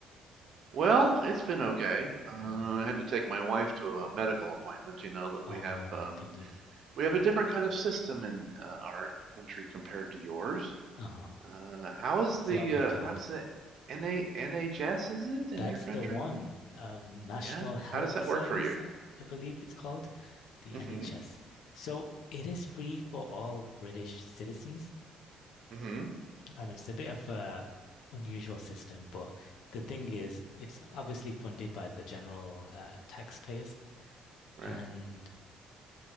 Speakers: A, on the right; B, on the left.
A: well, it's been okay. Uh,
B: Mm.
A: I had to take my wife to a medical appointment. You know that
B: Oh,
A: we have um,
B: did you?
A: we have a different kind of system in uh, our country compared to yours.
B: Uh-huh.
A: Uh, how is
B: So
A: the
B: I've been
A: uh,
B: told.
A: how does the N a N H S is it in
B: That's
A: your country?
B: the one. Um, National
A: Yeah,
B: Health
A: how does that
B: Service,
A: work for you?
B: I, I believe it's called, the
A: Mm-hmm.
B: NHS. So it is free for all British citizens.
A: Mm-hmm.
B: And it's a bit of a unusual system, but the thing is, it's obviously funded by the general uh, taxpayers.
A: Right.
B: And